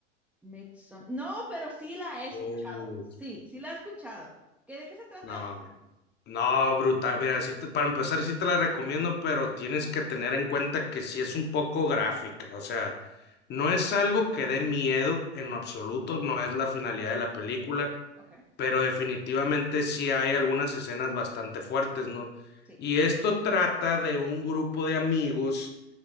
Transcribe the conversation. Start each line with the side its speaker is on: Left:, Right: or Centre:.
Centre: Midsom- No, pero sí la he escuchado.
Left: Oh.
Centre: Sí, sí la he escuchado. ¿Qué, de qué se trata
Left: No,
Centre: eso?
Left: no, brutal. Mira, sí te- para empezar, sí te la recomiendo, pero tienes que tener en cuenta que sí es un poco gráfica. O sea, no
Centre: Ok,
Left: es algo que dé miedo en lo absoluto, no es la finalidad de la película,
Centre: ok,
Left: pero definitivamente sí hay algunas escenas bastante fuertes, ¿no?
Centre: sí,
Left: Y esto trata de un grupo de amigos